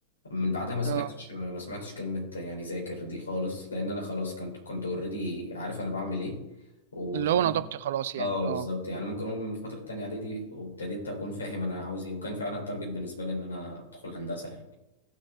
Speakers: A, on the left (about 70°); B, on the right (about 55°).
A: من بعدها ما سمعتش
B: اه
A: ما سمعتش كلمة يعني ذاكر دي خالص لأن أنا خلاص كنت كنت أوريدي عارف أنا بعمل إيه وتقدر
B: اللي هو انا ضبطي خلاص
A: اه
B: يعني اه
A: بالظبط يعني ممكن أقول من فترة تانية إعدادي وابتديت أكون فاهم أنا عاوز إيه وكان فعلا التارجت بالنسبة لي إن أنا أدخل هندسة يعني